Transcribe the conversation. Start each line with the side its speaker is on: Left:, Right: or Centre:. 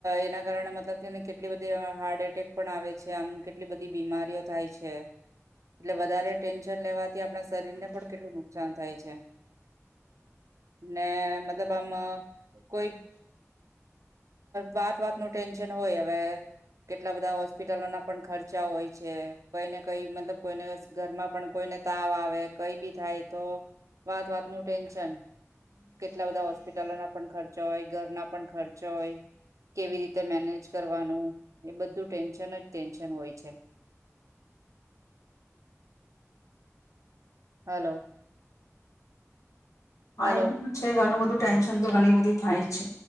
Right: એના કારણે મતલબ છે ને કેટલી બધી હાર્ટ એટેક પણ આવે છે. આમ કેટલી બધી બીમારીઓ થાય છે. એટલે વધારે ટેન શન લેવાથી આપણા શરીરને પણ કેટલું નુકસાન થાય છ છે ને મ ત આમ કોઈ વાત વાત નું ટેન્શન હોય. અવે કેટલા બધા હોસ્પિટલોના પણ ખર્ચા હોય છે. કઈને કઈ મતલબ કોઈને ઘરમાં પણ કોઈને તાવ આવે કઈ બી થાય તો વાત વાત નું ટેન્શ કેમ કે ટલા બધા હોસ્પિટલો ના પણ ખર્ચા હોય. ઘરના પણ ખર્ચા હોય. કેવી રીતે મે મેનેજ કરવાનું ને બધું ટેન્શન જ ટેન્શન હોય છે. હલો.
Left: હા
Right: હલો
Left: એ <unintelligible> છે ઘનુ વધુ ટેન્શન તો ઘણી બધી થાય છે.